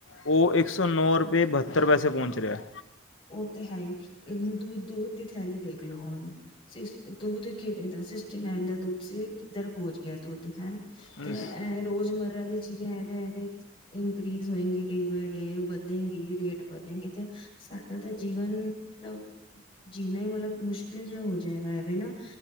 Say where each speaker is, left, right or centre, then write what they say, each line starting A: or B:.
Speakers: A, on the left (about 80°); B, on the left (about 25°).
A: ਉਹ ਇੱਕ ਸੌ ਨੌ ਰੁਪਏ ਬਹੱਤਰ ਪੈਸੇ ਪਹੁੰਚ ਰਿਹੈ।
B: ਉਹ ਤੇ ਹੈ ਈ। ਇੱਕ ਹੁਣ ਦੂਧ, ਦੁੱਧ ਦੀ ਥੈਲੀ ਦੇਖ ਲੋ ਹੁਣ। ਸਿਕਸ ਦੁੱਧ ਕਿਵੇਂ ਦਾ ਸਿਕਸਟੀ ਨਾਈਨ ਦਾ ਦੁੱਧ ਸੀ ਕਿੱਧਰ ਪੋਂਚ ਗਿਐ ਦੁੱਧ ਹੈਂ।
A: ਹੁਣ
B: ਤੇ
A: ਸ-
B: ਇਹ ਰੋਜ਼ਮਰਰਾ ਦੀ ਚੀਜ਼ ਜੇ ਐਂਵੇਂ-ਐਂਵੇਂ ਇਨਕ੍ਰਰੀਜ਼ ਹੋਏਗੇ ਡੇ ਬਾਏ ਡੇ ਵੱਧੇਂਗੀ ਰੇਟ ਵੱਧੇਗੇ ਤੇ ਸਾਡਾ ਤੇ ਜੀਵਨ ਮਤਲਬ ਜੀਣਾ ਈ ਮਤਲਬ ਮੁਸ਼ਕਿਲ ਜਿਆ ਹੋ ਜਾਏਗਾ ਐਂਵੇ ਨਾ।